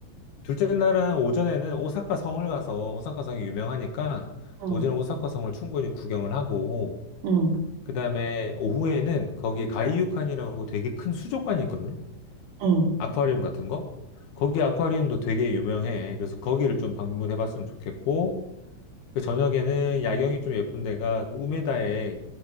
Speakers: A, on the left; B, on the right.
A: 둘째 날은 오전에는 오사카 성을 가서 오사카 성이 유명하니까
B: 응,
A: 오전에 오사카 성을 충분히 구경을 하고
B: 응,
A: 그다음에 오후에는 거기 가이유칸이라고 되게 큰 수족관이 있거든.
B: 응.
A: 아쿠아리움 같은 거. 거기 아쿠아리움도 되게 유명해. 그래서 거기를 좀 방문해 봤으면 좋겠고 그 저녁에는 야경이 좀 예쁜 데가 그 우메다에